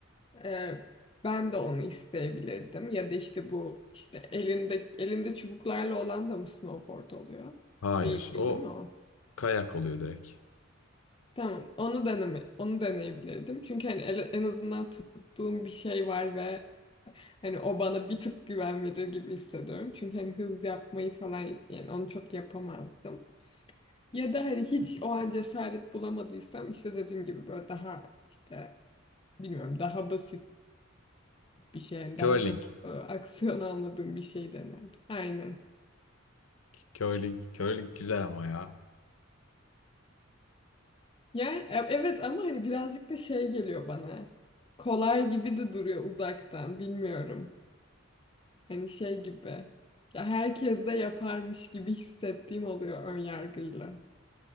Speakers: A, on the left (about 25°); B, on the left (about 80°).
A: Ee, ben de onu isteyebilirdim. Ya da işte bu işte elinde elinde çubuklarla olan da mı snowboard oluyor?
B: Hayır.
A: Değil,
B: O
A: değil mi o?
B: kayak oluyor direkt.
A: Tamam. Onu deneme, onu deneyebilirdim. Çünkü hani ele- en azından tuttuğum bir şey var ve hani o bana bir tık güven verir gibi hissediyorum. Çünkü hani hız yapmayı falan yani onu çok yapamazdım. Ya da hani hiç o an cesaret bulamadıysam işte dediğim gibi böyle daha işte bilmiyorum daha basit bir şey. Yani daha
B: Curling.
A: çok e, aksiyon almadığım bir şey denerdim. Aynen.
B: Curling. Curling güzel ama ya.
A: Ya e- evet ama hani birazcık da şey geliyor bana. Kolay gibi de duruyor uzaktan. Bilmiyorum. Hani şey gibi. Ya herkes de yaparmış gibi hissettiğim oluyor ön yargıyla.